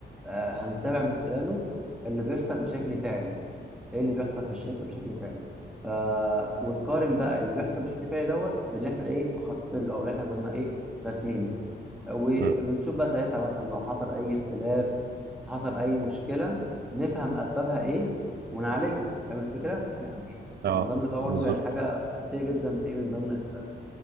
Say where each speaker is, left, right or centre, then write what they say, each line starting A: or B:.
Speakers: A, in the centre; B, on the right.
A: آه، هنتابع من خلاله اللي بيحصل بشكل فعلي ايه اللي بيحصل في الشركه بشكل فعلي ف ونقارن بقى اللي بيحصل بشكل فعلي دوت باللي احنا ايه مخططين له او اللي احنا كنا ايه راسمينه وبنشوف
B: مم.
A: بقى ساعتها مثلا لو حصل اي اختلاف حصل اي مشكله نفهم اسبابها ايه ونعالجها فاهم الفكره يعني
B: اه
A: نظام الرقابه
B: بالظبط
A: برضو يعني حاجه اساسيه جدا ايه من ضمن ال-